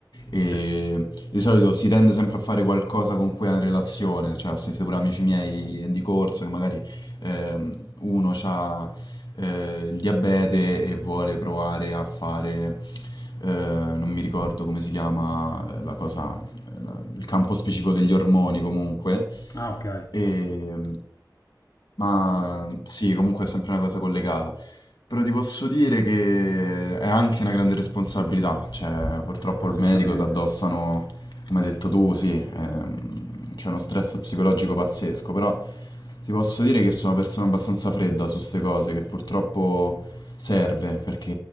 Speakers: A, on the left (about 75°); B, on the left (about 50°).
A: e
B: sì.
A: di solito si tende sempre a fare qualcosa con cui ha una relazione, cioè ho sentito pure amici miei di corso che magari ehm, uno ha eh, il diabete e vuole provare a fare, eh, non mi ricordo come si chiama eh, la cosa, eh, la- il campo specifico degli ormoni comunque.
B: Ah, ok,
A: E, ma sì, comunque è sempre una cosa collegata. Però ti posso dire che è anche una grande responsabilità, cioè purtroppo
B: assolutamente.
A: il medico ti addossano come hai detto tu, sì, ehm, c'è uno stress psicologico pazzesco, però ti posso dire che sono una persona abbastanza fredda su queste cose, che purtroppo serve, perché